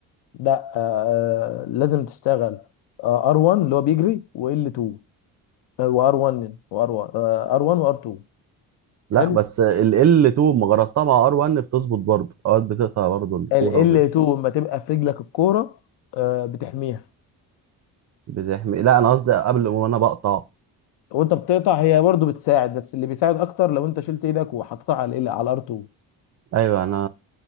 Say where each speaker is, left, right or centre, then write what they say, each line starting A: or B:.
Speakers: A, on the left (about 65°); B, on the right (about 35°).
A: ده آه آه، لازم تشتغل آه، ار 1 اللي هو بيجري وال 2 وار 1 وار 1 ار 1 وار 2
B: لا
A: حلو
B: بس ال ال 2 ما جربتها مع ار 1 بتظبط برضه اوقات بتقطع برضه الكوره
A: ال
B: وبت-
A: L2 لما تبقى في رجلك الكوره آه، بتحميها
B: بتحمي لا انا قصدي قبل وانا بقطع
A: وانت بتقطع هي برضو بتساعد بس اللي بيساعد اكتر لو انت شلت ايدك وحطيتها على ال على R2
B: ايوه انا